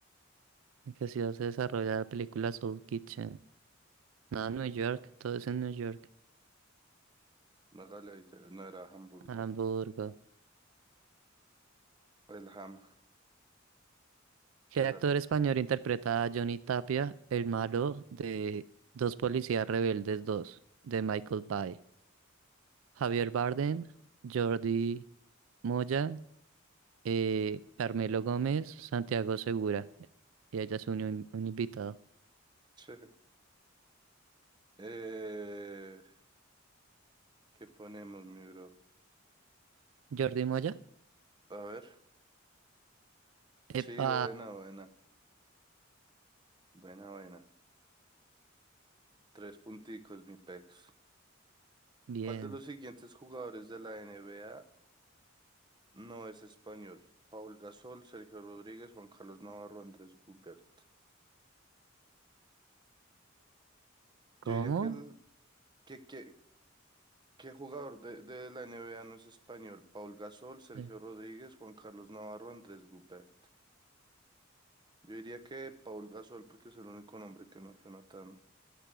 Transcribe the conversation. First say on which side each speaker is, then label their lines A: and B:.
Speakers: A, on the right (about 75°); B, on the right (about 20°).
A: ¿en qué ciudad se desarrolla la película Soul Kitchen? No, New York, todo es en New York.
B: Hágale, ahí, ya- no era Hamburgo.
A: Hamburgo.
B: El Ham.
A: ¿Qué
B: Hágale.
A: actor español interpreta a Johnny Tapia, el malo de Dos Policías Rebeldes dos de Michael Bay? Javier Bardem, Jordi Moya, eh, Carmelo Gómez, Santiago Segura. Y ella se unió un, un invitado.
B: <laughs> Eh, ¿qué ponemos, mi bro?
A: Jordi Moya.
B: A ver.
A: Epa,
B: Sí, buena, buena. Buena, buena. Tres punticos, mi pex.
A: bien.
B: ¿Cuál de los siguientes jugadores de la N B A no es español? Paul Gasol, Sergio Rodríguez, Juan Carlos Navarro, Andrés Gubert.
A: ¿Cómo?
B: Yo diría que el que, que, ¿qué jugador de, de la N B A no es español? Paul Gasol, Sergio
A: Eh,
B: Rodríguez, Juan Carlos Navarro, Andrés Gubert. Yo diría que Paul Gasol, porque es el único nombre que no suena tan,